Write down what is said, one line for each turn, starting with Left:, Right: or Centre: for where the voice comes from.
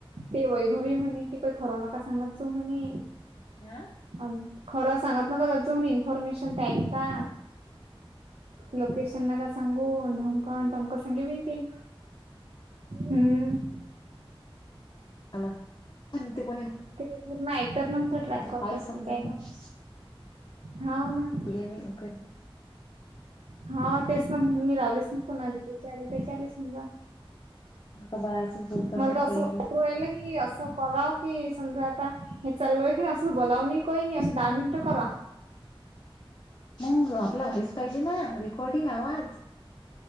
Right: ते वैभवी म्हणे कि काही खरं नका सांगत जाऊ म्हणे.
Left: हा.
Right: आणि खरं सांगत न का त्याच म्ह इन्फॉर्मेशन ते ऐक का. लोकेशन ना का सांगू धमकन टम <unintelligible> हम्म
Left: <unintelligible> कोणी
Right: ते पूर्ण ऐकतात नात ट्रॅक करत
Left: काही समजत
Right: काय
Left: नाही
Right: का हो ना.
Left: येमीला काय
Right: हा तेच ना म्हणून मी लावलेच ना कोणाली त्याचे आले त्याचे आले समजा
Left: आता बायासच बोलतात
Right: मला
Left: बरं काही बी
Right: तर <unintelligible> राहिलं की असश कराव की समजा आता हे चाल क अ असध बोलावन कन अस दहा मनिट करा.
Left: मंग आपला व्हाईस पाहिजे ना रेकॉर्डिंग आवाज.